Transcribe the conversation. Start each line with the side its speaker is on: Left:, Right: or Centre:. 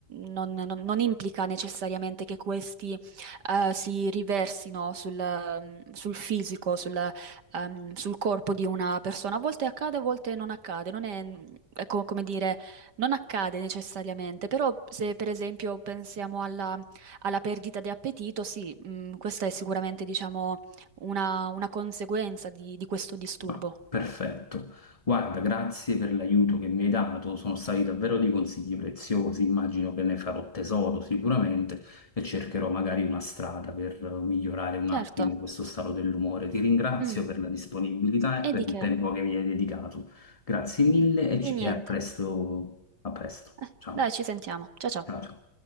Right: non- non- non implica necessariamente che questi eh, si riversino sul, ehm, sul fisico, sul, ehm, sul corpo di una persona. A volte accade, a volte non accade. Non è, mm, ecco, come dire, non accade necessariamente, però se per esempio pensiamo alla alla perdita di appetito, sì, mh, questa è sicuramente, diciamo, una, una conseguenza di, di questo disturbo.
Left: Ma perfetto. Guarda, grazie per l'aiuto che mi hai dato, sono stati davvero dei consigli preziosi, immagino che ne farò tesoro sicuramente e cercherò magari una strada per eh, migliorare un attimo
Right: Certo.
Left: questo stato dell'umore. Ti ringrazio
Right: Mm.
Left: per la disponibilità e
Right: E
Left: per
Right: di
Left: il
Right: che?
Left: tempo che mi hai dedicato. Grazie mille e, ci-
Right: Di niente.
Left: e a presto, a presto.
Right: Eh,
Left: Ciao.
Right: dai, ci sentiamo. Ciao ciao.
Left: Ciao, ciao.